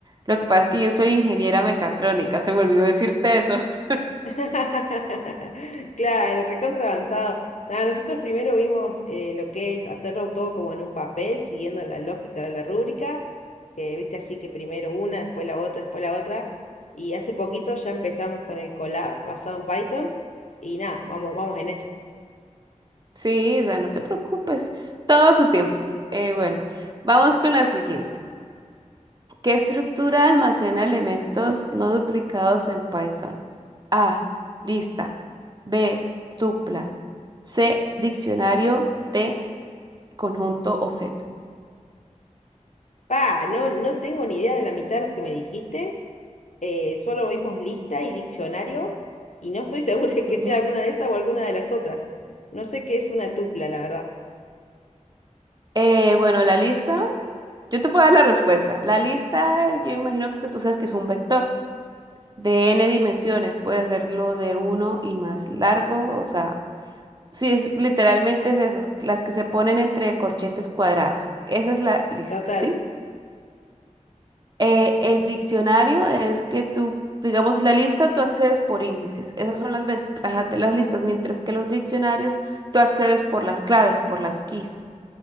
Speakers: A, on the right; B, on the left.
A: Lo que pasa es que yo soy ingeniera mecatrónica, se me olvidó decirte eso. <laughs>
B: <laughs> Claro, recontra avanzado. Nada, nosotros primero vimos eh, lo que es hacerlo todo como en un papel, siguiendo la lógica de la rúbrica, que viste así que primero una, después la otra, después la otra. Y hace poquito ya empezamos con el collab basado en Python. Y nada, vamos, vamos en eso.
A: Sí, o sea, no te preocupes, todo a su tiempo. Eh, bueno, vamos con la siguiente. ¿Qué estructura almacena elementos no duplicados en Python? A. Lista. B. Tupla. C. Diccionario. D. Conjunto o set.
B: Pa, no, no tengo ni idea de la mitad de los que me dijiste. eh, solo vimos lista y diccionario, y no estoy segura <laughs> de que
A: Ujú.
B: sea alguna de esas o alguna de las otras. No sé qué es una tupla, la verdad.
A: Eh, bueno, la lista, yo te puedo dar la respuesta. La lista, eh, yo imagino que tú sabes que es un vector de n dimensiones. Puede hacerlo de uno y más largo, o sea, sí, es, literalmente es eso, las que se ponen entre corchetes cuadrados. Esa es la lista,
B: Total,
A: ¿sí? Eh, el diccionario es que tú, digamos, la lista tú accedes por índices. Esas son las ventajas de las listas, mientras que los diccionarios tú accedes por las claves, por las keys,